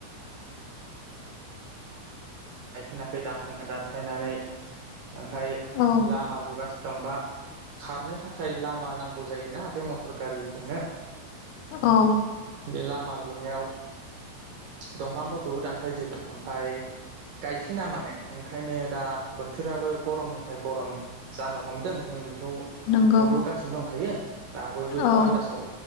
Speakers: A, on the right (about 70°); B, on the left (about 75°).
A: गायफिनाखै दानना दानफायनानै। ओमफ्राय
B: औ
A: लामा लुगासिनो दं बा। खारनो थाखाय लामा नांगौ जायोना बे मटर गारिफोरनो।
B: औ।
A: बे लामा लुनायाव दंफांफोरखौ दानफायजोबो ओमफाय। गायफिना माने ओंखायनो दा बोथोराबो गरमनिफ्राय गरम जानो हमदों जों बे बेखौ
B: नंगौ
A: नुबोगासिनो दंखायो दा बयबो बेखौ
B: औ
A: आन्दासाव